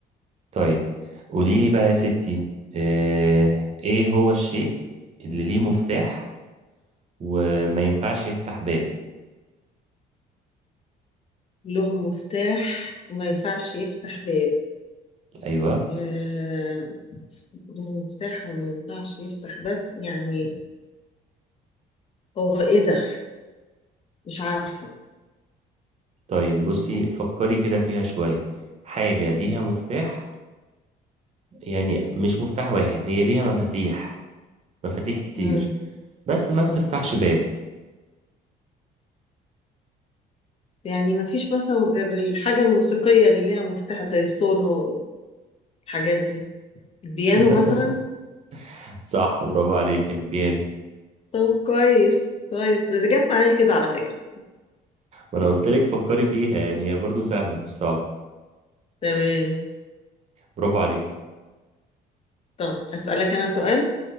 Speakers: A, on the right (about 40°); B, on the left (about 35°).
A: طيب قولي لي بقى يا ستي آه، ايه هو الشيء اللي ليه مفتاح وما ينفعش يفتح باب
B: له مفتاح وما ينفعش يفتح باب
A: ايوه
B: آه... له مفتاح وما ينفعش يفتح باب يعني هو ايه ده مش عارفه
A: طيب بصي فكري كده فيها شوية حاجة ليها مفتاح يعني مش مفتاح واحد هي ليها مفاتيح مفاتيح كتير
B: مم.
A: بس ما
B: مم.
A: بتفتحش باب
B: يعني ما فيش مثلا غير الحاجة الموسيقية اللي ليها مفتاح زي سولو الحاجات دي البيانو
A: <laughs>
B: مثلا
A: صح برافو عليك البيان
B: طب كويس كويس ده جت معايا كده على فكرة
A: وانا قلت لك فكري فيها يعني هي برضو سهلة مش صعبة
B: تمام
A: برافو عليك
B: طب أسألك أنا سؤال